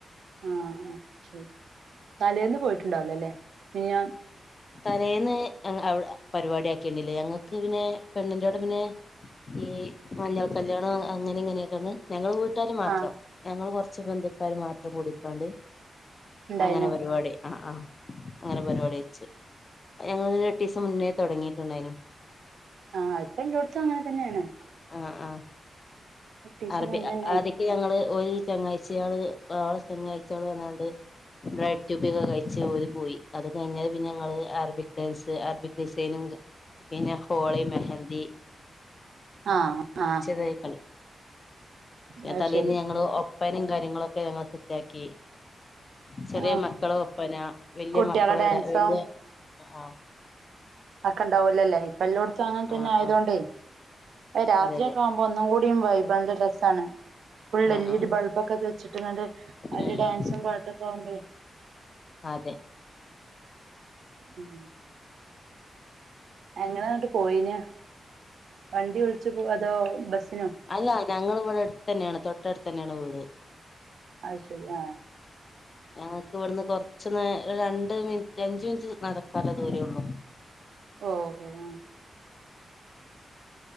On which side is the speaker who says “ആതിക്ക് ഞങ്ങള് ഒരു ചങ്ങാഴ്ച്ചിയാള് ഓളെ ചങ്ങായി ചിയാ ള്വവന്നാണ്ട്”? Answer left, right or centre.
Left